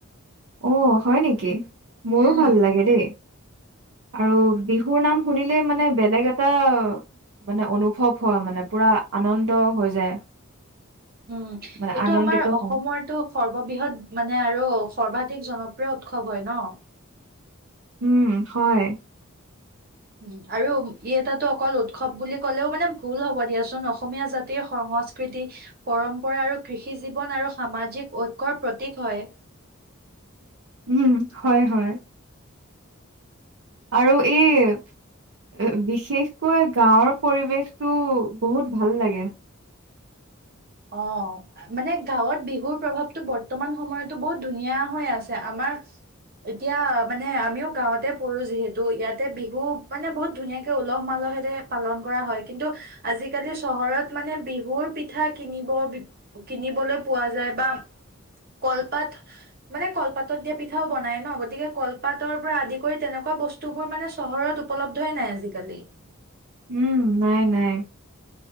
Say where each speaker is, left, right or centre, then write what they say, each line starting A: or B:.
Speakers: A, on the right; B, on the right.
A: অ, হয় নেকি? মোৰো
B: উম।
A: ভাল লাগে দেই। আৰু বিহুৰ নাম শুনিলে মানে বেলেগ এটা। মানে অনুভৱ হয়। মানে পোৰা আনন্দ হৈ যায়।
B: উম,
A: মানে
B: এইটো
A: আনন্দিত
B: আমাৰ অসমৰ
A: হওঁ।
B: এইটো সৰ্ববৃহৎ মানে আৰু সৰ্বাধিক জনপ্ৰিয় উৎসৱ হয় নহ।
A: উম, হয়।
B: উম, আৰু ই এটাটো অকল উৎসৱ বুলি ক'লেও মানে ভুল হ'ব দিয়াচোন। অসমীয়া জাতিৰ সংস্কত কৃতি পৰম্পৰা আৰু কৃষি জীৱন আৰু সামাজিক ঐক্যৰ প্ৰতীক হয়।
A: উম, হয়, হয় আৰু এই। এই বিশেষকৈ গাঁৱৰ পৰিৱেশটো বহুত ভাল লাগে।
B: অহ। মানে গাঁৱত বিহুৰ প্ৰভাৱটো বৰ্তমান সময়তো বহুত ধুনীয়া হৈ আছে আমাৰ এতিয়া মানে আমিও গাঁৱতে পঢ়ো যিহেতু ইয়াতে বিহু মানে বহুত ধুনীয়াকে উলহ-মালহেৰে পালন কৰা হয়। কিন্তু আজিকালি চহৰত মানে বিহুৰ পিঠা কিনিব কিনিবলৈ পোৱা যায় বা কলপাত মানে কলপাতত দিয়া পিঠাও বনাই নহ গতিকে কলপাতৰ পৰা আদি কৰি তেনেকুৱা বস্ বস্তুবোৰ মানে চহৰত উপলব্ধই নাই আজিকালি।
A: উম, নাই, নাই